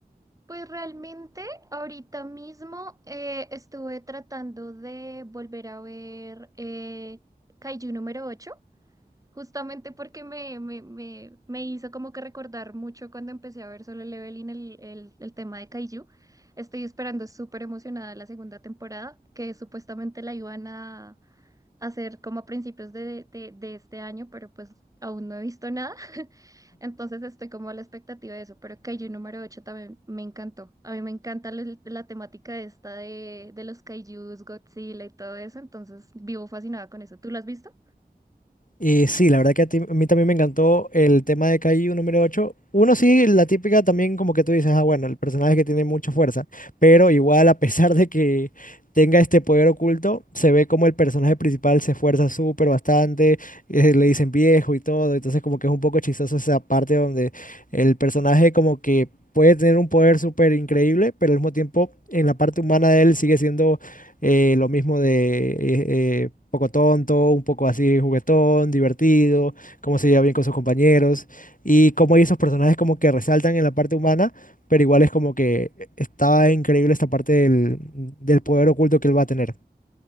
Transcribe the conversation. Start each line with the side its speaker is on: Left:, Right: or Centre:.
Right: Pues realmente ahorita mismo eh, estuve tratando de volver a ver eh, Kaiju número ocho justamente porque me, me, me, me hizo como que recordar mucho cuando empecé a ver Solo Leveling el, el, el tema de Kaiju. Estoy esperando súper emocionada la segunda temporada, que supuestamente la iban a hacer como a principios de, de, de este año, pero pues aún no he visto nada. <laughs> Entonces estoy como a la expectativa de eso, pero Kaiju número ocho también me encantó. A mí me encanta la, la temática esta de, de los Kaijus, Godzilla y todo eso, entonces vivo fascinada con eso. ¿Tú lo has visto?
Left: Y sí, la verdad que a ti- a mí también me encantó el tema de KI número ocho Uno sí, la típica también como que tú dices, ah, bueno, el personaje que tiene mucha fuerza, pero igual a pesar de que tenga este poder oculto, se ve como el personaje principal se esfuerza súper bastante, eh, le dicen viejo y todo, entonces como que es un poco chistoso esa parte donde el personaje como que puede tener un poder súper increíble, pero al mismo tiempo en la parte humana de él sigue siendo eh, lo mismo de eh, eh, poco tonto, un poco así juguetón, divertido, cómo se lleva bien con sus compañeros y cómo hay esos personajes como que resaltan en la parte humana, pero igual es como que está increíble esta parte del, del poder oculto que él va a tener.